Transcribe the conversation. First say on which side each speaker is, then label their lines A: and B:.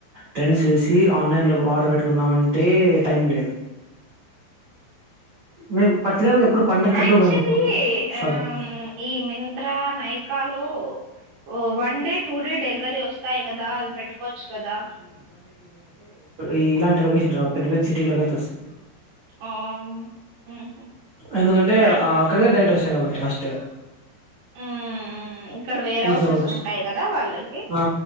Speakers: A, on the right; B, on the right.
A: ట్రెండ్స్ చూసి ఆన్లైన్ లో ఆర్డర్ పెట్టుకుందామఅంటే టైం లేదు మేము పర్టికులర్ గా ఎప్పుడు పండగకంటూ
B: యాక్చువల్లీ
A: మేము షాపింగ్
B: ఆ ఈ మింత్రా నైకాలో ఓ one day two day delivery వస్తాయి కదా అది పెట్టుకోవచ్చు కదా
A: ఈ ఇలాంటి లొకేషన్ రా పెద్ద పెద్ద సిటీలోకయితే వస్తే
B: ఆ ఉహు
A: ఎందుకంటే
B: నా
A: అక్కడిక డేట్ వస్తాయి కాబట్టి ఫస్ట్
B: ఉమ్ ఇక్కడ వేర్ హౌసెస్
A: ఈజీ అవ్వచ్చు
B: ఉంటాయి కదా వాళ్ళకి
A: ఆ